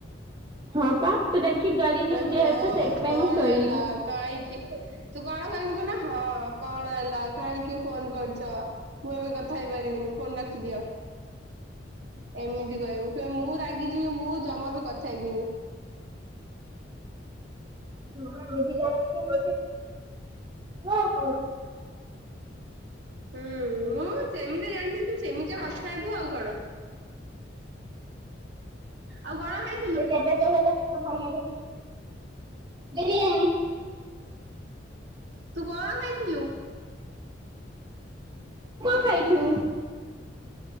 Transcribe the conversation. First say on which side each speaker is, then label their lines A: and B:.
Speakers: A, on the right; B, on the right.
A: ହଁ ପା ତୁ ଦେଖିକି ଡରି ଯିବୁ
B: କହିବୁ
A: ଯେହେତୁ
B: ହଁ
A: ସେଇଥିପାଇଁ
B: କଣ
A: ମୁଁ ଶୋଇନି।
B: ହେଲା କାହିଁକି ତୁ କଣ କହିବୁ କ ନା ହଁ କଣ ହେଲା କାହିଁକି ଫୋନ କରିଚ। ମୁଁ ଏବେ କଥା ହେଇପାରିବିନି ଫୋନ ରଖିଦିଅ। ଏମିତି କହିବୁ ଫୁ ମୁଁ ରାଗିଯିବି ମୁଁ ଜମା ବି କଥା ହେବିନି।
A: ହଁ ଭୋଜି କଣ ହୋଉଛି <unintelligible>
B: ହୁଁ ମୁଁ ଯେମିତି ଜାଣିଛିି ତୁ ସେମିତିଆ କଥା ହେବୁ ଆଉ କଣ। ଆଉ କଣ ଖାଇ
A: <unintelligible> <unintelligible> ଭଲରେ ବିରିୟାନୀ।
B: ତୁ କଣ ଖାଇଥିଲୁ।
A: କଣ ଖାଇଛୁ।